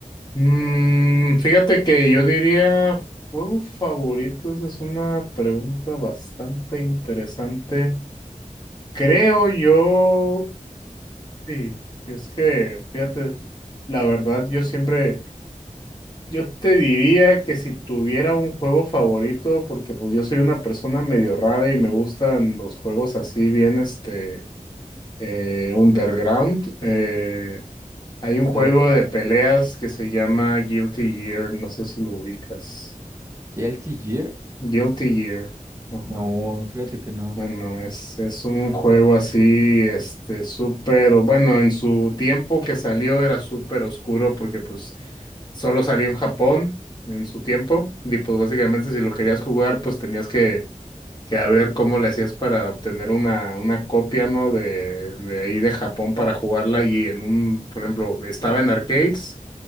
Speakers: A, on the left; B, on the right.
A: Mm, fíjate que yo diría, ¿juego favorito? Esa es una pregunta bastante interesante. Creo yo, sí, es que, fíjate, la verdad yo siempre, yo te diría que si tuviera un juego favorito, porque pues yo soy una persona medio rara y me gustan los juegos así bien, este, eh, underground, eh, hay
B: Ok.
A: un juego de peleas que se llama Guilty Gear, no sé si lo ubicas,
B: ¿Guilty Gear?
A: Guilty Gear, ajá.
B: No, fíjate que no.
A: Bueno, es, es un juego así, este, súper, o- bueno, en su tiempo que salió era súper oscuro porque pues solo salió en Japón en su tiempo y pues básicamente si lo querías jugar pues tenías que, que a ver cómo le hacías para obtener una, una copia, ¿no? De, de ahí de Japón para jugarla y en un, por ejemplo, estaba en arcades